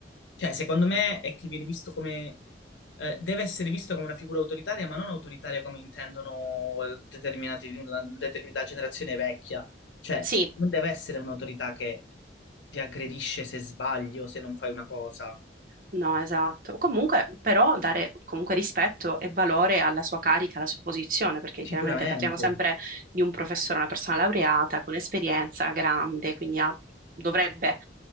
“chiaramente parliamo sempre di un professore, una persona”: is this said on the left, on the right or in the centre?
Right